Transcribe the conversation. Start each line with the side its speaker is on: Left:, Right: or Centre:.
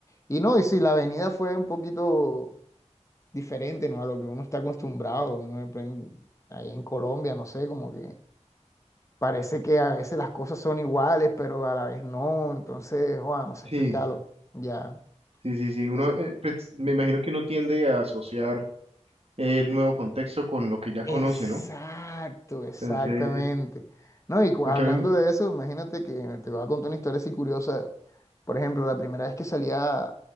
Left: Y no, y sí, la avenida fue un poquito diferente, ¿no? A lo que uno está acostumbrado, uno aprende ahí en Colombia, no sé, como que parece que a veces las cosas son iguales, pero a la vez no, entonces, joder, no sé explicarlo,
Right: Sí,
Left: ya,
Right: sí, sí, sí. Uno,
Left: no sé.
Right: eh, pues me imagino que uno tiende a asociar el nuevo contexto con lo que ya
Left: Exacto,
Right: conoce, ¿no?
Left: exactamente.
Right: Entonces,
Left: No, y cu-
Right: aunque
Left: hablando
Right: a mí,
Left: de eso, imagínate que te voy a contar una historia así curiosa. Por ejemplo, la primera vez que salía